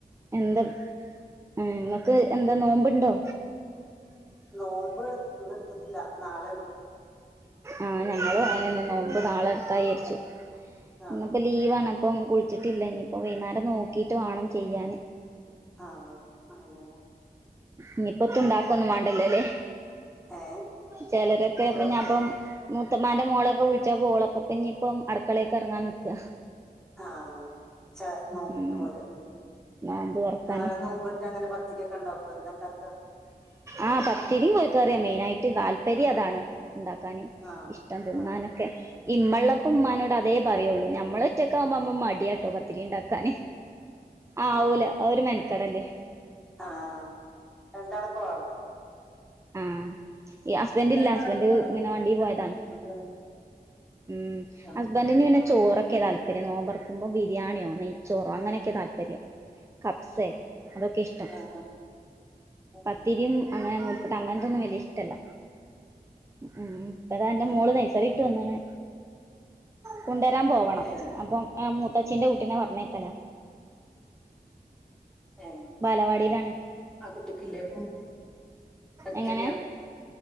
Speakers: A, on the right; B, in the centre.
A: എന്താ ആ നിങ്ങക്ക് എന്താ നോമ്പ് ഉണ്ടോ
B: നോമ്പ് ഇന്ന് ഇടുത്തിട്ടില്ല നാളെ ഉള്ളൂ
A: ആഹ ഞങ്ങള്
B: എടുക്കണം
A: അങ്ങനെ നോമ്പ്നാളെ എടുക്കാ വിചരിച്ചു
B: ആ
A: ഇന്നിപ്പോ ലീവ്ആണ് ഇപ്പം കുളിച്ചിട്ടില്ല ഇനിയിപ്പ വൈകുന്നേരം നോക്കിയിട്ട് വേണം ചെയ്യാൻ
B: ആഹ അണല്ലേ
A: ഇനിപ്പ ഇത്ത ഇണ്ടാക്ക ഒന്നും വേണ്ടല്ലോ അല്ലേ
B: ഏ
A: ചിലരൊക്കെ
B: ഒക്കെ
A: പിന്നെ അപ്പോ
B: ആയി
A: മൂത്തമാന്റെ മോളൊക്കെ വിളിച്ചാ പോളൊക്കെ ഇഞ്ഇപ്പം അടുക്കളയൊക്ക് ഇറങ്ങാൻ നിൽക്കുക
B: ആഹ ച നോമ്പിന്റെ
A: ഉം
B: പോലെ ഉ
A: നോമ്പ് തുറക്കാന്
B: നളെ നോമ്പ്നോറ്റഅങ്ങനെ പത്തിരി ഒക്കെ ഉണ്ടാക്കും എന്താ ഉണ്ടാക്ക
A: ആഹ് പത്തിരിയും കോഴിക്കറിയ മെയിന ആയിട്ട് താല്പര്യ അതാണ് ഇണ്ടാക്കാന്
B: ആ
A: ഇഷ്ടം തിന്നാനൊക്കെ
B: ആ
A: ഇമ്മള്ളപ്പ
B: ആ
A: ഉമാനോട് അതേ പറയുള്ളൂ ഞമ്മള ഒറ്റക്കെ ആവുമ്പോ മടിയാട്ടോ പത്തിരി ഉണ്ടാക്കാാന് ആവൂല ഒരു മനക്കടല്ലേ
B: ആ ആ രണ്ടാളൊക്കെ വേണം
A: ആഹ ഈ ഹസ്ബന്റ്ഇല്ല
B: തിന്നാൻ
A: ഹസ്ബൻന്റ
B: ആള് വേണം
A: പിന്നെ വണ്ടി പോയതാണ്
B: അപ്പള്
A: ഉം
B: ആ
A: ഹസ്ബൻന്റ്ന് പിന്നെ ചോറൊക്കെ ചോറ്ഒക്കെ താല്പര്യം നോമ്പ് തുറക്കുമ്പോ ബിരിയാണിയോ നെയ്ച്ചോറോ അങ്ങനെയൊക്കെ താല്പര്യം കബ്സോ ഒക്കെ അതൊക്കെ ഇഷ്ടം
B: ആ ആ ഉം.
A: പത്തിരിയും അങ്ങനെ നുൽ പുട്ട് അങ്ങനത്തെൊന്നും വലിയ ഇഷ്ടല്ല ഉ അപ്പ അത എൻന്റെ
B: ആ
A: മോള് നൈസറിയിട്ട് വന്നണ് കൊണ്ടുവരാൻ പോവണം
B: ഏ
A: അപ്പം മുത്തച്ചിന്റെ കൂട്ടീനെ പറഞ്ഞേക്കല
B: ഏ
A: ബാലവാടിയിലാണ്
B: ആ കുട്ടിക്കില്ലേ ഇപ്പൊ അടുത്ത്
A: എങ്ങനെ
B: തന്നെയാണ്